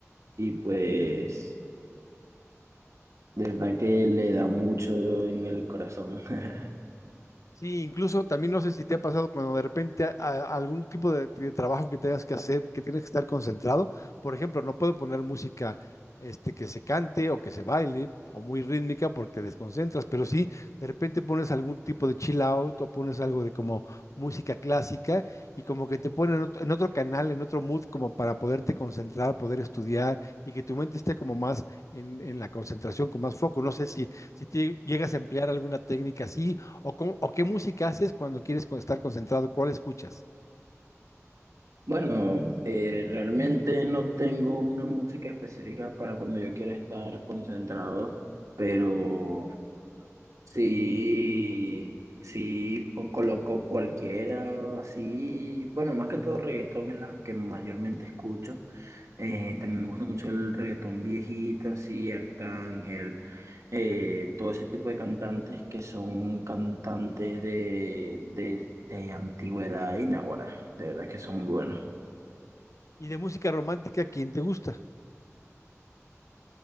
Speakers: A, on the right; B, on the left.
A: y pues de verdad que le da mucho en el corazón. <laughs>
B: Sí, incluso también no sé si te ha pasado cuando de repente a- a- algún tipo de, de trabajo que tengas que hacer, que tienes que estar concentrado. Por ejemplo, no puedo poner música este, que se cante o que se baile o muy rítmica porque te desconcentras, pero sí, de repente pones algún tipo de chill out o pones algo de como música clásica y como que te ponen en otro, en otro canal, en otro mood, como para poderte concentrar, poder estudiar y que tu mente esté como más en, en la concentración, con más foco. No sé si, si te llegas a emplear alguna técnica así ¿O, cómo- o qué música haces cuando quieres con- estar concentrado? ¿Cuál escuchas?
A: Bueno, eh, realmente no tengo una música específica para cuando yo quiera estar concentrado, pero... Sí, sí, pues coloco cualquiera, así, bueno, más que todo reggaetón es la que mayormente escucho. Eh,
B: Ujú.
A: también me gusta mucho el reggaetón viejito, así, Arcángel, eh, todo ese tipo de cantantes que son cantantes de, de, de antigüedad y náguara, de verdad que son muy buenos.
B: Y de música romántica, ¿quién te gusta?